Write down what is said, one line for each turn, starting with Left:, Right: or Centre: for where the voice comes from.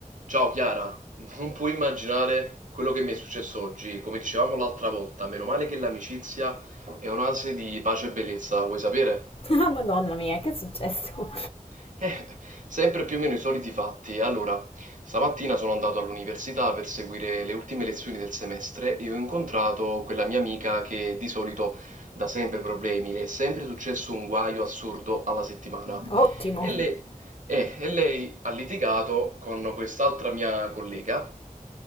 Right: Ciao Chiara, non puoi immaginare quello che mi è successo oggi. Come dicevamo l'altra volta, meno male che l'amicizia è un'ase di pace e bellezza, vuoi sapere?
Left: Ah, <laughs> Madonna mia, che è successo?
Right: <laughs> Eh, sempre più o meno i soliti fatti. Allora, stamattina sono andato all'università per seguire le ultime lezioni del semestre e ho incontrato quella mia amica che di solito dà sempre problemi, le è sempre successo un guaio assurdo alla settimana.
Left: <laughs> Ottimo.
Right: E lei, eh, e lei ha litigato con quest'altra mia collega